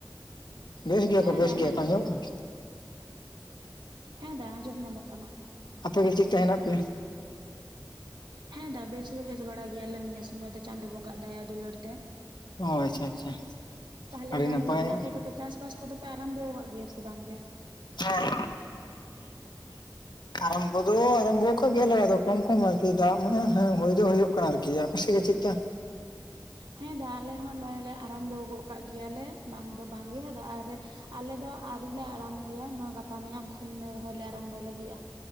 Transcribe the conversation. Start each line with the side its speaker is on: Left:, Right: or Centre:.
Left: ᱵᱮᱥ ᱜᱮᱭᱟ
Right: ᱦᱮᱸ
Left: ᱠᱚ ᱵᱮᱥ
Right: ᱫᱟ
Left: ᱜᱮᱭᱟ
Right: ᱦᱮᱸ
Left: ᱠᱚ ᱟᱸᱡᱚᱢᱚᱜ
Right: ᱦᱮᱸ
Left: ᱠᱟᱱᱟ᱾
Right: ᱦᱮᱸ ᱫᱟ ᱟᱸᱡᱚᱢ ᱧᱟᱢᱚᱜ ᱠᱟᱱᱟ᱾
Left: ᱟᱯᱮᱜᱮ ᱪᱮᱜ ᱞᱮᱠᱟ ᱦᱮᱱᱟᱜ ᱯᱮᱭᱟ?
Right: ᱦᱮᱸ ᱫᱟ ᱵᱮᱥ ᱫᱚ ᱵᱮᱥ ᱵᱟᱲᱟ ᱜᱮᱭᱟᱞᱮ ᱱᱤᱭᱟᱹ ᱥᱚᱢᱚᱭ ᱫᱚ ᱪᱟᱸᱫᱚ ᱵᱚᱸᱜᱟᱜ ᱫᱟᱭᱟ ᱫᱩᱞᱟᱹᱲ ᱛᱮ᱾
Left: ᱚ ᱟᱪᱪᱷᱟ ᱟᱪᱪᱷᱟ
Right: ᱯᱟᱷᱞᱮ
Left: ᱟᱹᱰᱤ
Right: ᱫᱟ
Left: ᱱᱟᱯᱟᱭ
Right: ᱞᱟᱹᱭᱫᱟᱹᱧ
Left: ᱦᱮᱸ
Right: ᱟᱯᱮ ᱫᱚᱯᱮ ᱪᱟᱥ, ᱪᱟᱥ ᱵᱟᱥ ᱠᱚᱫᱚ ᱯᱮ ᱟᱨᱟᱢᱵᱷᱚ ᱟᱠᱟᱜ ᱜᱮᱭᱟ ᱥᱮ ᱵᱟᱝᱜᱮ?
Left: ᱦᱮᱸ, ᱟᱨᱟᱢᱵᱚ ᱫᱚ ᱟᱨᱟᱢᱵᱚ ᱠᱟᱜ ᱜᱮᱭᱟᱞᱮ ᱟᱫᱚ ᱠᱚᱢ ᱠᱚᱢ ᱟᱨᱠᱤ ᱫᱟᱜᱽ ᱢᱟᱱ ᱦᱮᱸ ᱦᱩᱭ ᱫᱚ ᱦᱩᱭᱩᱜ ᱠᱟᱱᱟ ᱟᱨᱠᱤ ᱟᱯᱮᱥᱮᱫ ᱜᱮ ᱪᱮᱫᱞᱮᱠᱟ?
Right: ᱦᱮᱸ ᱫᱟ ᱟᱞᱮ ᱦᱚᱸ ᱱᱚᱜᱼᱚᱭ ᱞᱮ ᱟᱨᱟᱢᱵᱷᱚ ᱜᱚᱜ ᱠᱟᱜ ᱜᱮᱭᱟᱞᱮ ᱵᱟᱝ ᱫᱚ ᱵᱟᱝᱜᱮ ᱟᱫᱚ ᱟᱨᱮ ᱟᱞᱮᱚ ᱫᱚ ᱟᱹᱣᱨᱤᱞᱮ ᱟᱨᱟᱢᱵᱚᱭᱟ ᱱᱚ ᱜᱟᱯᱟ ᱢᱮᱭᱟᱝ ᱠᱷᱚᱱ ᱨᱚᱦᱚᱭ ᱞᱮ ᱟᱨᱟᱢᱵᱚᱭ ᱞᱟᱹᱜᱤᱫᱼᱟ᱾